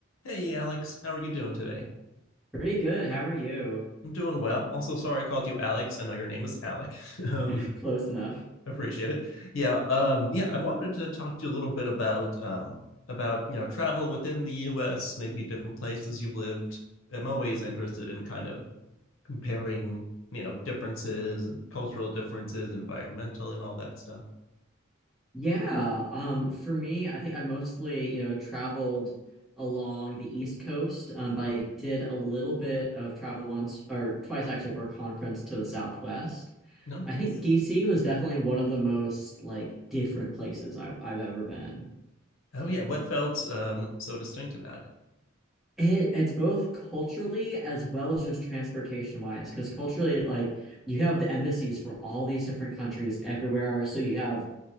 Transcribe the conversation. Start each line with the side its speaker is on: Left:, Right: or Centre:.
Left: Hey, Alex, how are you doing today?
Centre: Pretty good. How are you?
Left: I'm doing well. Also, sorry I called you Alex. I know your name is Alec. <laughs> um,
Centre: <laughs> Close enough.
Left: appreciate it. Yeah, um, yeah. I wanted to talk to you a little bit about um, about you know travel within the U.S., maybe different places you've lived. I'm always interested in kind of comparing you know differences and cultural differences, environmental, and all that stuff.
Centre: Yeah, um, for me, I think I mostly, you know, traveled along the East Coast, um, but I did a little bit of travel once or twice actually for a conference to the Southwest.
Left: No, nice.
Centre: I think DC was definitely one of the most like different places I, I've ever been.
Left: Oh yeah, what felt um, so distinct about it?
Centre: It, it's both culturally as well as just transportation wise, because culturally, like you have the embassies for all these different countries everywhere. So you have